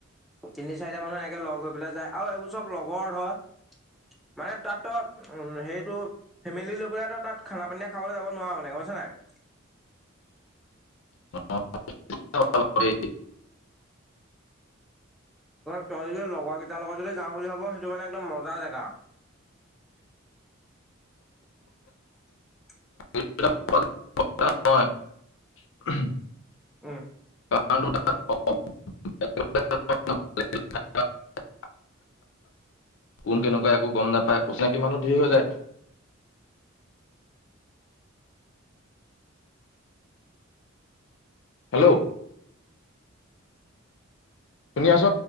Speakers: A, in the centre; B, on the left (about 65°).
A: তিনি, চাৰিটা মানুহ এনেকে লগ হৈ, পেলাই যায় আৰু এইবোৰ চব লগৰ ধৰ মানে তাত, তো, সেইটো ফেমিলি লৈ পেললে তো, তাত খানা পানিয় খাবলৈ যাব নোৱাৰা মানে গুজছা নাই। <inaudible>
B: <inaudible>
A: ত, যদি লগৰ কেইটাৰ লগত যদি যাওঁ বুলি ভাব সেইটো মানে একদম মজা জেগা। <unintelligible> <unintelligible>
B: হয়।
A: উম।
B: <inaudible> কোন, কেনেকুৱা একো গম নাপায়। কচিনাকী মানুহ ধৰ হৈ যায়।
A: অ'।
B: হেল্ল'? শুনি আছ, ন।